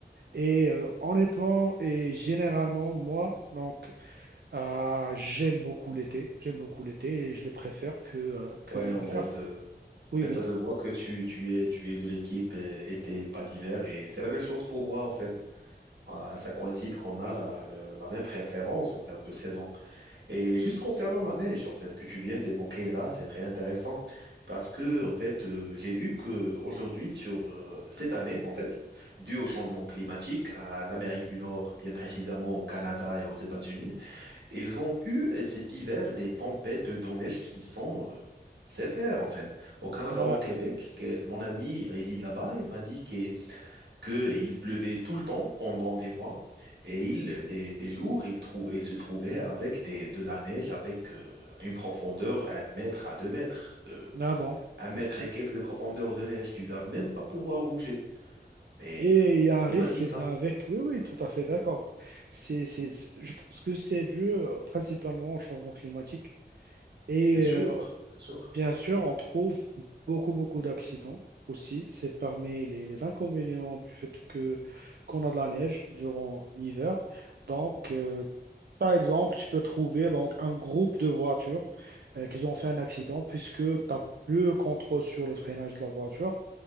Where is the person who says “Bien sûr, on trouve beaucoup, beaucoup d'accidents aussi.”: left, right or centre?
Right